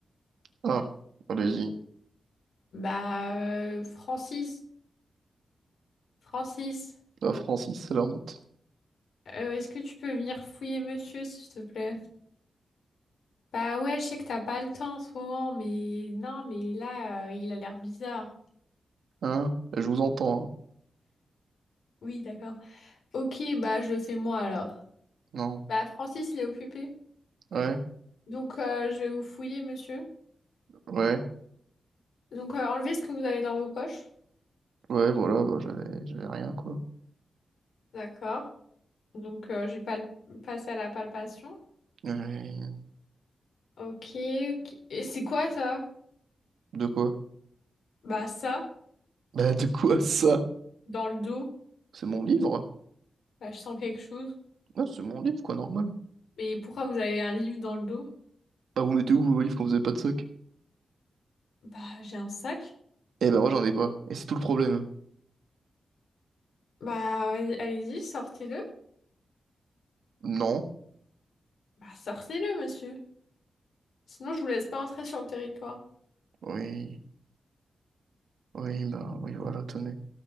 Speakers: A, on the right (about 85°); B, on the left (about 85°).
A: Ah, allez-y.
B: Bah, euh, Francis, Francis,
A: Ah, Francis, c'est la honte.
B: euh, est-ce que tu peux venir fouiller monsieur, s'il te plaît? Bah ouais, je sais que t'as pas le temps en ce moment, mais non, mais là, euh, il a l'air bizarre.
A: Hein? Je vous entends. hein.
B: Oui, d'accord. Ok, bah je le fais moi alors.
A: Non.
B: Bah Francis, il est occupé.
A: Ouais,
B: Donc euh, je vais vous fouiller, monsieur.
A: ouais.
B: Donc euh, enlevez ce que vous avez dans vos poches.
A: Ouais, voilà, bah, j'avais, j'avais rien, quoi.
B: D'accord. Donc euh, je vais pas passer à la palpation.
A: Ouais.
B: Ok, ok. Et c'est quoi ça?
A: De quoi?
B: Bah ça.
A: Bah, de quoi ça?
B: Dans le dos,
A: C'est mon livre?
B: bah, je sens quelque chose.
A: Ah, c'est mon livre, quoi, normal.
B: Et pourquoi vous avez un livre dans le dos?
A: Ah, vous mettez où vos valises quand vous avez pas de sac?
B: Bah, j'ai un sac.
A: Eh ben, moi, j'en ai pas. Et c'est tout le problème.
B: Bah, allez- allez-y, sortez-le.
A: Non.
B: Bah, sortez-le, monsieur. Sinon, je vous laisse pas entrer sur le territoire.
A: Oui. Oui, bah, oui, voilà, tenez.